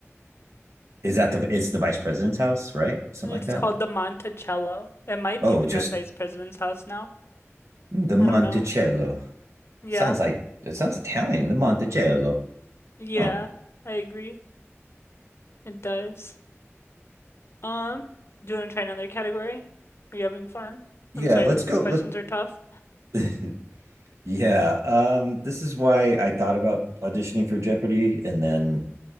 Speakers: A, on the right; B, on the left.
A: Is that the? It's the Vice President's house, right? Something
B: It's
A: like that.
B: called the Monticello. It might
A: Oh,
B: be the
A: just
B: de- vice president's house now.
A: the Monticello.
B: I don't know. Yeah.
A: Sounds like it sounds Italian. The Monticello.
B: Yeah.
A: Oh
B: I agree. It does. Um, do you want to try another category? Are you having fun?
A: Yeah,
B: I'm sorry
A: let's
B: that
A: go.
B: these
A: Let
B: questions are tough.
A: <laughs> Yeah, um, this is why I thought about auditioning for Jeopardy, and then